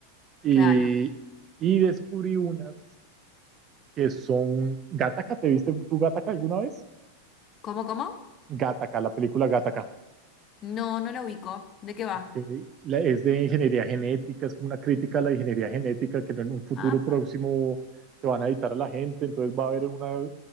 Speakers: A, on the right; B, on the left.
A: Y,
B: claro.
A: y descubrí unas que son Gataca. ¿Te viste tú Gataca alguna vez?
B: ¿Cómo, cómo?
A: Gataca, la película Gataca.
B: No, no la ubico. ¿De qué va?
A: Ok, La- es de ingeniería genética, es como una crítica a la ingeniería genética que en un futuro
B: Apa.
A: próximo te van a editar a la gente, entonces va a haber una